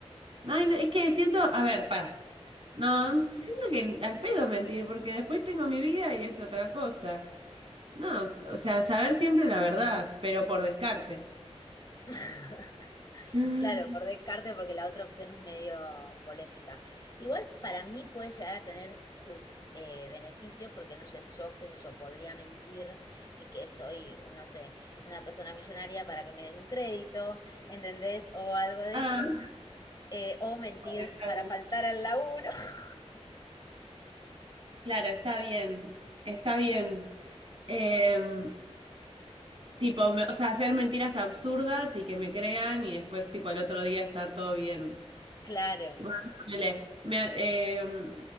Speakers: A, on the right; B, on the left.
A: ay, no, es que siento, a ver, para. No, siento que al pedo mentir, porque después tengo mi vida y es otra cosa. No, o sea, saber siempre la verdad, pero por descarte. <gasps>
B: <laughs>
A: <laughs>
B: Claro, por descarte, porque la otra opción es medio polémica. Igual para mí puede llegar a tener sus eh, beneficios, porque no sé, yo, qué sé yo, podría mentir eh, que soy, no sé, una persona millonaria para que me den un crédito, ¿entendés? O algo de
A: Ah,
B: eso. eh, o mentir
A: está
B: para
A: bien.
B: faltar al laburo. <laughs>
A: Claro, está bien, está bien. Em, tipo, me- o sea, hacer mentiras absurdas y que me crean y después, tipo, al otro día estar todo bien.
B: Claro,
A: Tipo, ponele, me a- em,